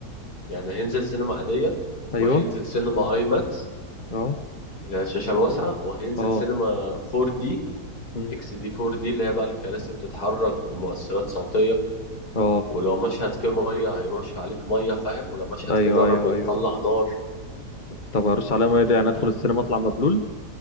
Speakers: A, on the left; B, on the left.
A: يعني هينزل سينما عادية
B: ايوه
A: وهينزل سينما اي ماكس
B: اه
A: اللي هي الشاشة الواسعة وهينزل
B: اه
A: سينما 4 دي
B: امم
A: اكس دي 4 دي اللي هي بقى الكراسي بتتحرك ومؤثرات صوتيه
B: اه
A: ولو مشهد فيه ميه هيرش عليك ميه فاهم ولو مشهد
B: ايوه
A: فيه نار
B: ايوه
A: بيطلع
B: ايوه
A: نار
B: طب هرش عليا ميه دي يعني ادخل السينما اطلع مبلول